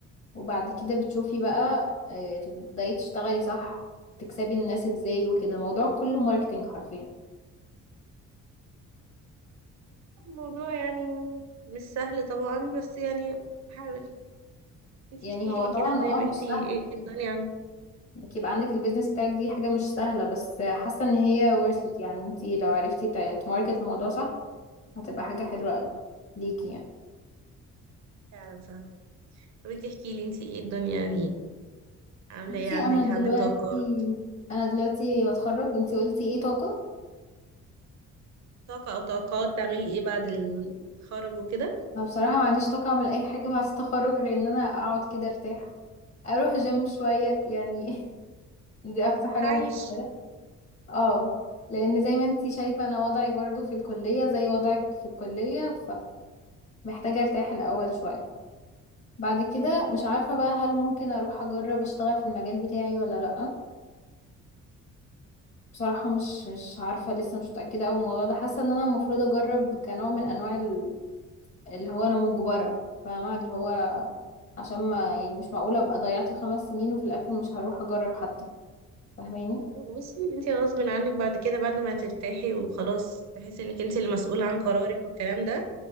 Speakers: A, on the left (about 50°); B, on the right (about 60°).
A: وبعد كده بتشوفي بقى آه، تبداي تشتغلي صح تكسبي الناس ازاي وكده الموضوع كله ماركتينج حرفيا
B: الموضوع يعني مش سهل طبعا بس يعني حاول انتي
A: يعني
B: احكي
A: هو
B: لي
A: طبعا
B: كده طيب
A: اه
B: انتي
A: مش سهل
B: ايه
A: يعني
B: الدنيا عندك
A: انك يبقى عندك البيزنس بتاعك دي حاجة مش سهلة بس حاسة ان هي
B: خالص
A: worth it يعني انتي لو عرفتي تا- تماركت الموضوع صح هتبقى حاجة حلوة قوي ليكي يعني
B: فعلا صح طب انتي احكي لي انتي ايه الدنيا يعني عاملة
A: بصي
B: ايه عندك
A: انا دلوقتي
B: عندك طاقات
A: انا دلوقتي بتخرج انتي قلتي ايه طاقة
B: طاقة او طاقات تعملي ايه بعد التخرج وكده
A: انا بصراحة ما عنديش طاقة اعمل اي حاجة بعد التخرج غير ان انا اقعد كده ارتاح اروح جيم شوية يعني <laughs> دي اقصى حاجة
B: عايش
A: ممكن اعملها اه لان زي ما انتي شايفة انا وضعي برضو في الكلية زي وضعك في الكلية فمحتاجة ارتاح الاول شوية بعد كده مش عارفة بقى هل ممكن اروح اجرب اشتغل في المجال بتاعي ولا لأ بصراحة مش مش عارفة لسه مش متأكدة اوي من الموضوع ده حاسة ان انا المفروض اجرب كنوع من انواع ال- اللي هو انا مجبرة فاهمة اللي هو عشان ما يعني مش معقولة ابقى ضيعت الخمس سنين وفي الاخر مش هروح اجرب حتى فاهماني
B: بصي انت غصب عنك بعد كده بعد ما ترتاحي وخلاص تحسي انك انت المسؤولة عن قرارك والكلام ده